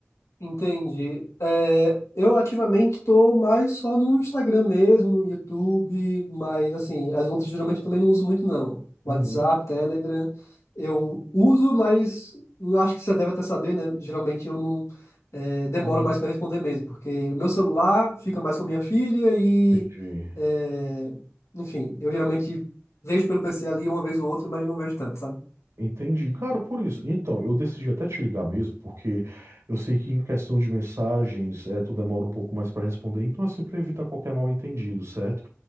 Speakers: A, on the left (about 90°); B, on the right (about 75°).
A: Entendi. É, eu ativamente tô mais só no Instagram mesmo, YouTube, mas assim, as outras geralmente eu também não uso muito não. WhatsApp,
B: Uhum,
A: Telegram, eu uso, mas eu acho que você deve até saber, né? Geralmente eu não é, demoro
B: uhum.
A: mais para responder mesmo, porque meu celular fica mais com a minha filha e,
B: Entendi.
A: é, enfim, eu geralmente vejo pelo PC ali uma vez ou outra, mas não vejo tanto, sabe?
B: Entendi. Cara, por isso. Então, eu decidi até te ligar mesmo, porque eu sei que em questão de mensagens, é, tu demora um pouco mais para responder, então assim, para evitar qualquer mal-entendido, certo?